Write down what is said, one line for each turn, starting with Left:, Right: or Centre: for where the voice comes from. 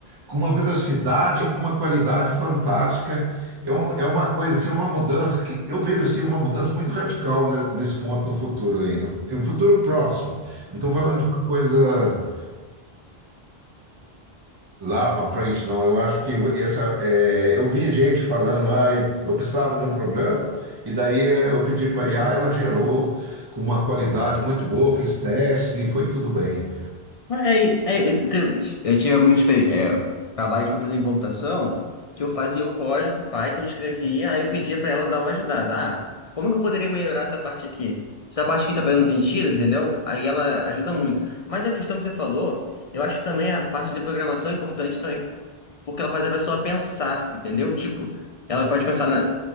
Right: com uma velocidade, com uma qualidade fantástica. É, um- é uma coisa, assim, uma mudança que eu vejo assim, uma mudança muito radical né, nesse ponto no futuro aí, né? É um futuro próximo. Não estou falando de uma coisa Lá para frente, não. Eu acho que essa, é, eu vi gente falando, ah, eu, eu precisava de um programa, e daí eu pedi para a IA, ela gerou com uma qualidade muito boa, fiz testes e foi tudo bem.
Left: É, é, eu teve- eu tive alguns exper- é, trabalhos para fazer em computação que eu fazia o código, Python, escrevia, aí eu pedia para ela dar uma ajudada. Ah, como é que eu poderia melhorar essa parte aqui? Essa parte aqui tá fazendo sentido, entendeu? Aí ela ajuda muito. Mas a questão que você falou, eu acho que também a parte de programação é importante também, porque ela faz a pessoa pensar, entendeu? Tipo, ela pode pensar na.